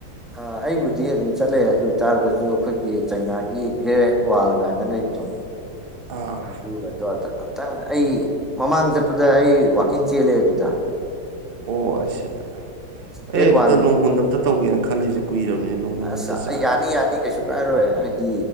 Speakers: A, in the centre; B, on the right.
A: ꯑ ꯑꯩꯕꯨꯗꯤ ꯑꯗꯨꯝ ꯆꯠꯂꯦ ꯑꯗꯨ ꯑꯣꯏꯇꯥꯔꯒꯁꯨ ꯑꯈꯣꯏꯒꯤ ꯆꯩꯅꯥꯒꯤ ꯒ꯭ꯔꯦꯠ ꯋꯥꯔꯜ ꯀꯥꯏꯅ ꯂꯩꯕꯗꯣ
B: ꯑꯥ
A: ꯑꯗꯨꯒꯗꯣ ꯑꯗ ꯑꯝꯇꯪ ꯑꯩ ꯃꯃꯥꯡ ꯆꯠꯄꯗ ꯑꯩ ꯋꯥꯛꯀꯤꯡ ꯆꯦꯜꯂꯦ ꯑꯗꯨꯗ
B: ꯑꯣ ꯑꯁ ꯑꯩ
A: ꯒ꯭ꯔꯦꯠ
B: ꯑꯗꯨꯗ
A: ꯋꯥꯜ
B: ꯂꯣꯡꯍꯨꯟ ꯑꯝꯇ ꯇꯧꯒꯦꯅ ꯈꯜꯂꯤꯁꯦ ꯀꯨꯏꯔꯕꯅꯤ ꯂꯣꯡꯍꯨꯟ
A: ꯑꯁ
B: ꯑꯝꯇ ꯆꯥ
A: ꯑꯥ ꯌꯥꯅꯤ ꯌꯥꯅꯤ ꯀꯩꯁꯨ ꯀꯥꯏꯔꯣꯏ ꯍꯥꯏꯗꯤ